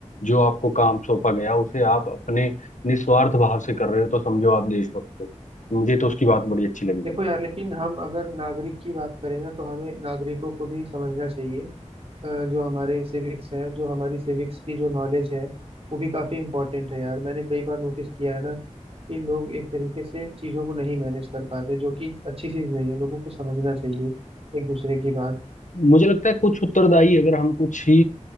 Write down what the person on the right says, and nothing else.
देखो यार लेकिन हम अगर नागरिक की बात करें ना तो हमें नागरिकों को भी समझना चाहिए अ, जो हमारे सिविक्स है जो हमारी सिविक्स की जो नॉलेज है वो भी काफ़ी इंपॉर्टेंट है यार मैंने कई बार नोटिस किया है ना कि लोग एक तरीके से चीज़ों को नहीं मैनेज कर पाते जो कि अच्छी चीज़ नहीं है लोगों को समझना चाहिए एक दूसरे की बात